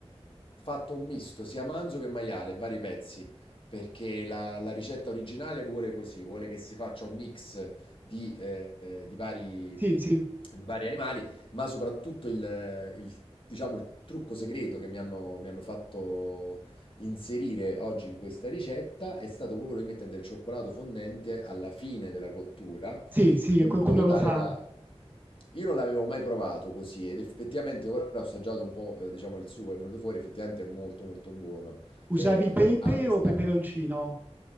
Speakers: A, on the left; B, on the right.
A: fatto un misto sia manzo che maiale, vari pezzi, perché la, la ricetta originale vuole così, vuole che si faccia un mix di, eh, di vari,
B: Sì,
A: di
B: sì,
A: vari animali, ma soprattutto il, il- diciamo, il trucco segreto che mi hanno, mi hanno fatto inserire oggi in questa ricetta è stato quello di mettere del cioccolato fondente alla fine della cottura
B: sì, sì,
A: in
B: qualcuno
A: modo
B: lo
A: tale
B: fa.
A: da... Io non l'avevo mai provato così ed effettivamente ora ho assaggiato un po', eh, diciamo, il suo, è venuto fuori, effettivamente è molto molto buono. E
B: Usavi pepe
A: ha questa...
B: o peperoncino?